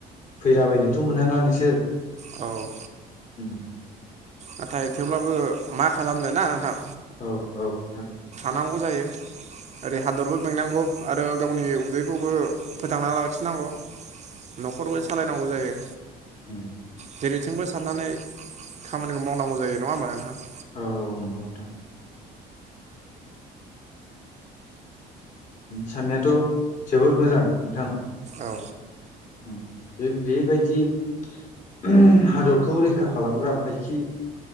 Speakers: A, on the left (about 50°); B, on the right (about 45°).
A: फैलाबायनोथ मोनाना नोंसोर
B: औ
A: ओम
B: नाथाय थेवब्लाबो मा? खालामनो ना नोंथां?
A: औ औ नोंथां।
B: <unintelligible> जायो। ओरै हादरबो बेंनांगौ। आरो गावनि उदैखौबो फोथांना लाखिनांगौ। न'खरबो सालाय नांगौ जायो।
A: ओम
B: जेरैथिंबो साननानै खामानिखौ मावनांगौ जायो नङा होमबा नोंथां?
A: औ औ नंगौ नोंथां। साननायाथ' जोबोद मोजां नोंथां।
B: औ।
A: ओम, बे बेबायदि <unintelligible> हादरखौ रैखा खालामग्रा फायखि